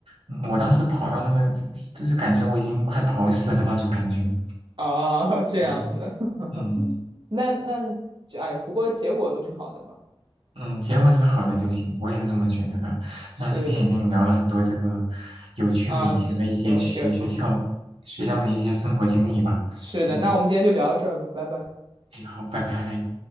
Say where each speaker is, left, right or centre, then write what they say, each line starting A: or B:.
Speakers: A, on the right; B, on the right.
A: 嗯我当时跑到那个，就是感觉我已经快跑死了那种感觉，
B: 啊，这样子，
A: 嗯
B: <laughs>
A: 嗯。
B: 那那就哎呀，不过结果都是好的吧？
A: 嗯，结果是好的就行，我也是这么觉得的。
B: 是的
A: 那今天也跟你聊了很多这个有趣的以前的一些学学校学校的一些生活经历吧。
B: 啊，行行，是的，
A: 嗯，
B: 那我们今天就聊到这儿吧，拜拜。
A: 哎，好，拜拜。